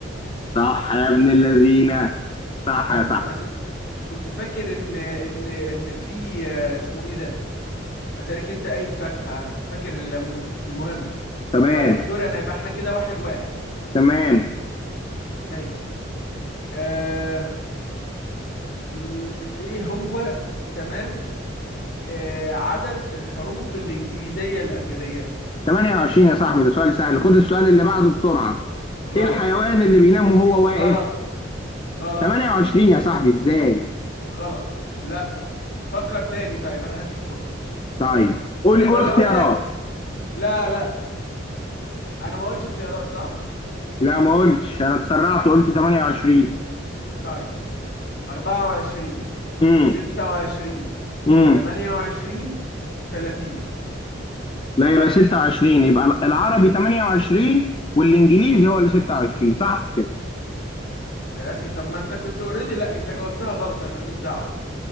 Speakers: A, on the left (about 25°); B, on the left (about 60°).
A: صح يا ابن اللذينه صح
B: حلو
A: يا صاحبي
B: انا كنت كنت فاكر ان ان ان في آه، اسمه ايه ده اتاريك انت قايل فاكهة انا كنت فاكر الليمون المهم
A: تمام
B: طيب دور انا يبقى احنا كده واحد واحد
A: تمام
B: ماشي آه... مم، ايه هو تمام آه... عدد الحروف الانجليزية الابجدية
A: 28 يا صاحبي ده سؤال سهل خد السؤال اللي بعده بسرعه
B: غلط
A: ايه الحيوان اللي بينام وهو واقف
B: غلط غلط
A: 28 يا صاحبي ازاي
B: غلط لا فكر تاني طيب انا هديك فرصة
A: طيب قول
B: ولا
A: قول اختيارات
B: اقول لك لا لا انا ما قلتش اختيارات صح
A: لا ما قلتش انا اتسرعت وقلت 28
B: طيب 24
A: امم
B: 26
A: امم
B: 28 30
A: لا يبقى 26 يبقى العربي 28 والانجليزي هو اللي 26 صح كده
B: يا اخي طب ما انت كنت اوريدي لا انت جاوبتها غلط انا ماليش دعوة